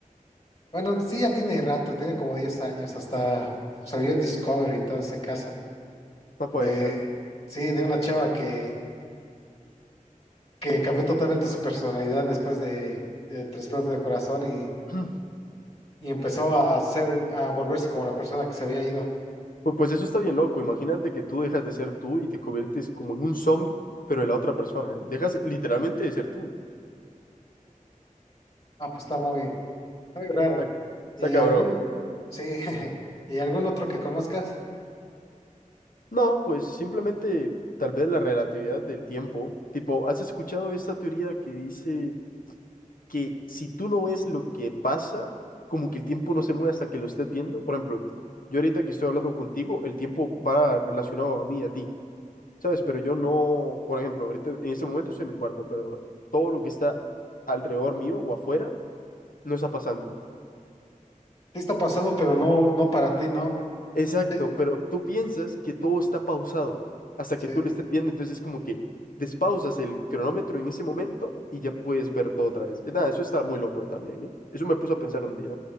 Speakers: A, on the left (about 45°); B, on the left (about 80°).
A: Bueno, sí, ya tiene rato, tiene como 10 años, hasta salió en Discovery y todo ese caso.
B: No puede
A: De,
B: ser.
A: sí, de una chava que, que cambió totalmente su personalidad después de, de trasplante de corazón y
B: <clears throat>
A: y empezó a ser, a volverse como la persona que se había ido.
B: Pu- Pues eso está bien loco. Imagínate que tú dejas de ser tú y te conviertes como en un zombie, pero de la otra persona, ¿eh? Dejas literalmente de ser tú.
A: Ah, pues está muy, muy raro.
B: Está, está
A: Y
B: cabrón,
A: algún,
B: ¿eh?
A: sí, <laughs> y algún otro que conozcas.
B: No, pues simplemente tal vez la relatividad del tiempo. Tipo, ¿has escuchado esta teoría que dice que si tú no ves lo que pasa, como que el tiempo no se mueve hasta que lo estés viendo. Por ejemplo, yo ahorita que estoy hablando contigo, el tiempo va relacionado a mí, a ti, ¿sabes? Pero yo no, por ejemplo, ahorita, en este momento estoy en mi cuarto, pero todo lo que está alrededor mío o afuera no está pasando.
A: Sí está pasando, pero no, no para ti, ¿no?
B: Exacto,
A: Sí.
B: pero tú piensas que todo está pausado hasta
A: sí.
B: que tú lo estés viendo, entonces es como que despausas el cronómetro en ese momento y ya puedes ver todo otra vez. Eh, Nada, eso está muy loco eh, también, ¿eh? Eso me puso a pensar un día.